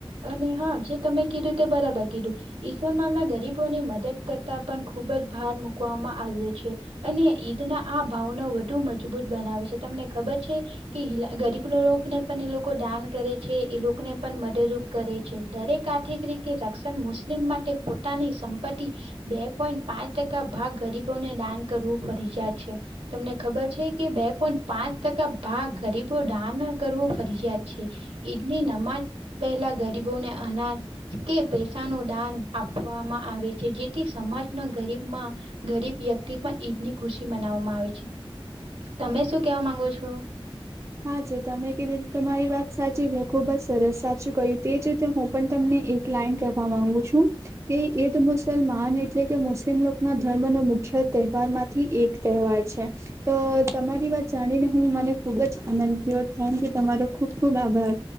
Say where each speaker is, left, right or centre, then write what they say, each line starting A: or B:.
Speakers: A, on the right (about 80°); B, on the right (about 30°).
A: અને હા જે તમે કીધું તે બરાબર કીધું. ઈસલમાલ ના ગરીબોનો મદદ કરતા પણ ખુબ જ ભાર મૂકવામાં આવ્યો છે. અને ઈદના આ ભાવનો વધુ મજબૂત બનાવે છે. તમને ખબર છે? કે <unintelligible> ગરીબ લોકોને પણ એ લોકો દાન કરે છે એ લોકોને પણ મદદરૂપ કરે છે દરેક આર્થિક રીતે રક્ષણ મુસ્લિમ માટે પોતાની સંપત્તિ બે પોઈન્ટ પાંચ ટકા ભાગ ગરીબોને દાન કરવું ફરજિયાત જાય છે. તમને ખબર છે કે બે પોઈન્ટ પાંચ ટકા ભાગ ગરીબો દાન કરવો ફરિયાત છે. ઈદની નમાઝ પહેલા ગરીબોને અનાજ કે પૈસાનો દાન આપવામાં આવે છે જેથી સમાજનો ગરીબમાં ગરીબ વ્યક્તિ પણ ઈદ ની ખુશી મનાવવામાં આવે છે. તમે શું કેવા માંગો છો?
B: હા છે તમે કીધી તમારી વાત સાચી છે ખુબ જ સરસ સાચું કહ્યું તે જ રીતે હું પણ તમને એક ક્લાઈમ કરવા માંગુ છું. તે ઈદ મુસલમાન એટલે કે મુસ્લિમ લોકના ધર્મનો મુખ્ય તહેવાર મા થી એક તહેવાર છે. તો તમારી વાત જાણીને હું મને ખુબ જ આનંદ થયો થેન્ક યુ તમારો ખુબ ખુબ આભાર.